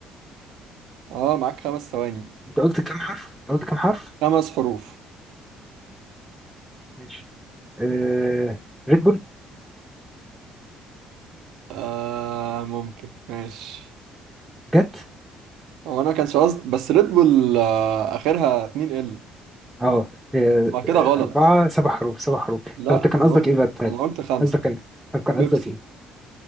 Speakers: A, on the right; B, in the centre.
A: اه معاك خمس ثواني
B: أنت قلت كام حرف؟ أنت قلت كام حرف؟
A: خمس حروف
B: ماشي آه... ريد بول
A: آه... ممكن ماشي
B: جت
A: هو انا ما كانش قصدي بس ريد بول آه... اخرها 2 ال
B: اه آه،
A: ما كده غلط
B: أربعة سبع حروف سبع حروف طب
A: لا
B: أنت كان
A: انا
B: قصدك
A: قلت
B: إيه بقى طيب
A: انا قلت خمسة
B: قصدك كان طب كان
A: بيبسي
B: قصدك إيه